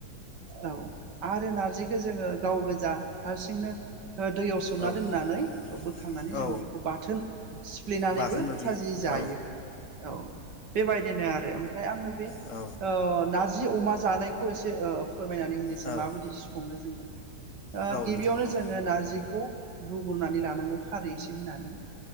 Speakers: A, on the right; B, on the left.
A: औ आरो नारजिखौ जोङो गाव गोजा हारसिंनो दैयाव सोमना
B: औ
A: दोननानै
B: औ
A: बोखांनानै
B: औ
A: जों बेखौ बाथोन सिफ्लेनानैबो
B: बाथोन बादि
A: खाजि जायो
B: औ
A: औ बेबायदिनो आरो ओमफ्राय आ बे
B: औ
A: नारजि अमा जा बे खौ एसे ओ फोरमायनानै होनोसै
B: औ
A: माबोराय सोङो जोङो ओ
B: औ
A: गिबियावनो
B: नोंथां औ
A: जोङो नारजिखौ रुगोरना नै लानांगौ खारै एसे होनानै